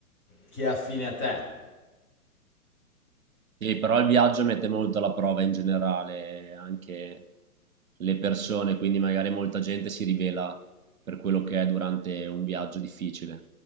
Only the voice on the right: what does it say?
Sì, però il viaggio mette molto alla prova in generale anche le persone, quindi magari molta gente si rivela per quello che è durante un viaggio difficile.